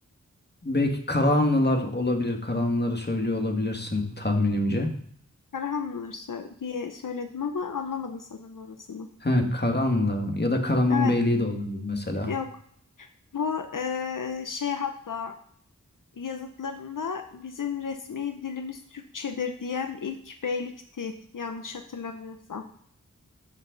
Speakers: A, on the left; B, on the left.
A: belki Karahanlılar olabilir. Karahanlıları söylüyor olabilirsin tahminimce.
B: Karahanlılar sö- diye söyledim ama anlamadın sanırım orasını.
A: He, Karahanlılar mı? Ya da Karaman
B: Evet.
A: Beyliği de olabilir mesela.
B: Yok. Bu eee, şey hatta yazıtlarında bizim resmi dilimiz Türkçedir diyen ilk beylikti. Yanlış hatırlamıyorsam.